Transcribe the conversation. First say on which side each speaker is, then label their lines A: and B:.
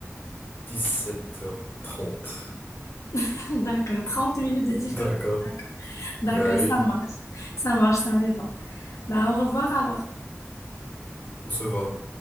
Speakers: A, on the left; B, on the left.
A: dix-sept heures trente
B: <laughs> D'accord, Trente minutes de différence.
A: D'accord.
B: D'accord, D'accord,
A: Bah oui,
B: ça marche. Ça marche, ça me va. Bah, au revoir alors.
A: on se voit.